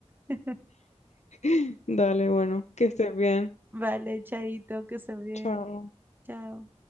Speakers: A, on the right; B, on the left.
A: <laughs>
B: <laughs> Dale, bueno, que estés bien.
A: Vale, chaito, que se bien.
B: Chao.
A: Chao.